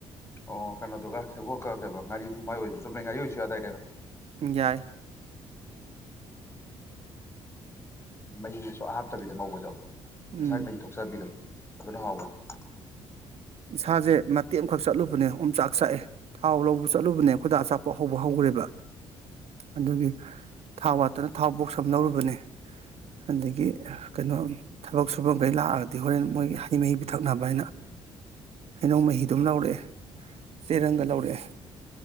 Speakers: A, on the left (about 20°); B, on the right (about 55°).
A: ꯑꯣ ꯀꯩꯅꯣꯗꯨꯒ ꯁꯦꯕꯣꯛꯀ ꯀꯩꯕ ꯉꯥꯔꯤ ꯐꯨꯝꯃꯥꯏ ꯑꯣꯏꯔꯁꯨ ꯆꯨꯝꯃꯦ ꯉꯥꯔꯤ ꯑꯣꯏꯁꯨ ꯌꯥꯗꯥꯏꯅ‌ꯦ
B: ꯎꯝ ꯌꯥꯏ
A: ꯃꯩꯍꯤ ꯁꯨꯡꯍꯥꯞ ꯍꯥꯞꯇꯕꯤꯗ ꯉꯧꯕꯗꯣ
B: ꯎꯝ
A: ꯃꯁꯥꯏ ꯃꯩꯍꯤ ꯊꯣꯛꯆꯕꯤꯗꯣ ꯑꯗꯨꯅ ꯍꯥꯎꯕꯅꯤ
B: ꯏꯁꯥꯁꯦ ꯃꯇꯦꯛ ꯑꯃꯈꯛ ꯆꯠꯂꯨꯕꯅꯦ ꯑꫭꯝ ꯆꯥꯛ ꯆꯥꯛꯑꯦ ꯊꯥꯎ ꯂꯧꯕ ꯆꯠꯂꯨꯕꯅꯦ ꯑꯩꯈꯣꯏ ꯗꯥ ꯑꯆꯥꯄꯣꯠ ꯍꯧꯕ ꯍꯧꯈ꯭ꯔꯦꯕ ꯑꯗꯨꯒꯤ ꯊꯥꯎ ꯋꯥꯠꯇꯅ ꯊꯥꯎ ꯕꯣꯛꯁ ꯑꯃ ꯂꯧꯔꯨꯕꯅꯦ ꯑꯗꯒꯤ ꯀꯩꯅꯣ ꯊꯕꯛ ꯁꯨꯐꯝ ꯗꯩ ꯂꯥꯛꯑꯗꯤ ꯍꯣꯔꯦꯟ ꯃꯣꯏ ꯍꯩ ꯃꯍꯤ ꯄꯤꯊꯛꯅꯕꯅ ꯍꯩꯅꯧ ꯃꯍꯤꯗꯨ ꯑꯃ ꯂꯧꯔꯛꯑꯦ ꯆꯦꯔꯪꯒ ꯂꯧꯔꯛꯑꯦ